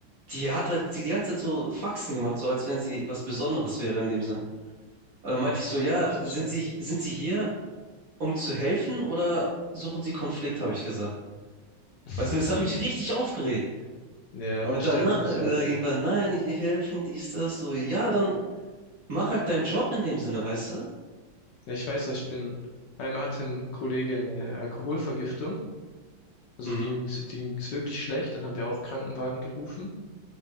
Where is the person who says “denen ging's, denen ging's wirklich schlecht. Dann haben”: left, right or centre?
Left